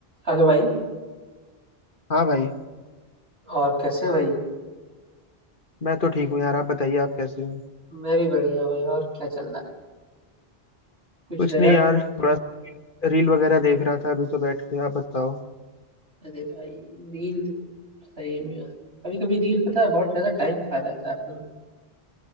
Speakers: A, on the right (about 75°); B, on the left (about 55°).
A: Hello भाई
B: हाँ भाई
A: और कैसे हो भाई
B: मैं तो ठीक हूँ यार आप बताइए आप कैसे हो
A: मैं भी बढ़िया हूँ भाई और क्या चल रहा है कुछ
B: कुछ
A: नया
B: नहीं यार थोड़ा रील वगैरह देख रहा था अभी तो बैठ के आप बताओ
A: अरे भाई रील सही में कभी कभी रील पता है बहुत ज्यादा टाइम खा जाता है अपना